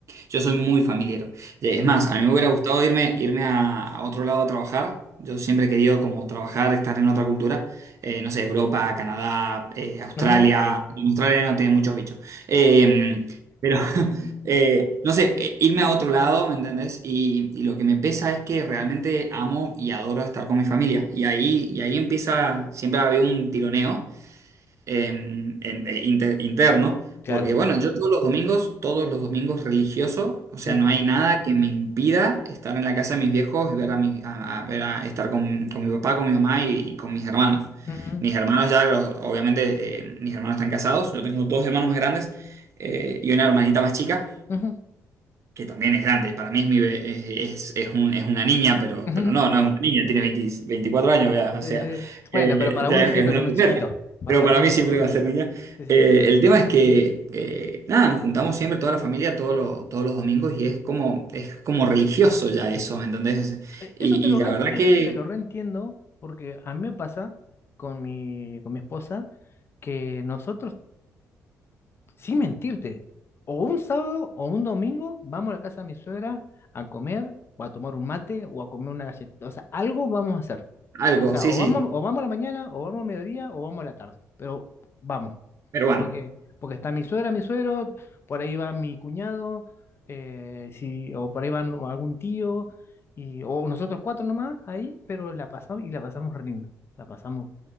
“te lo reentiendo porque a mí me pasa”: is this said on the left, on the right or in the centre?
Left